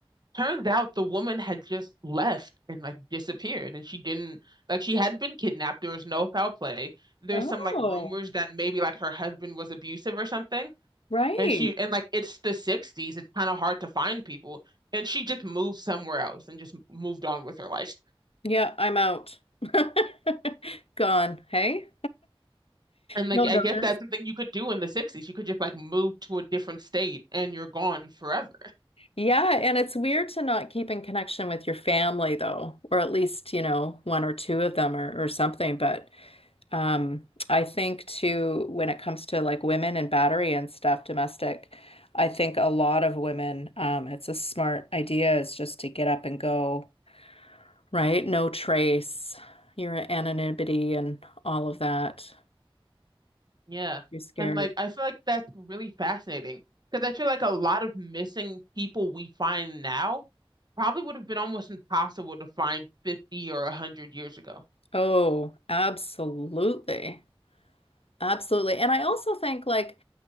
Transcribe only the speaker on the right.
Turns out the woman had just left and like disappeared, and she didn't like she hadn't been kidnapped. There was no foul play. There's
some like rumors that maybe like her husband was abusive or something,
and she and like it's the 60s. It's kind of hard to find people, and she just moved somewhere else and just moved on with her life.
And like
I
guess that's something you could do in the 60s. You could just like move to a different state and you're gone forever.
Yeah.
And like I feel like that's really fascinating because I feel like a lot of missing people we find now probably would have been almost impossible to find 50 or 100 years ago.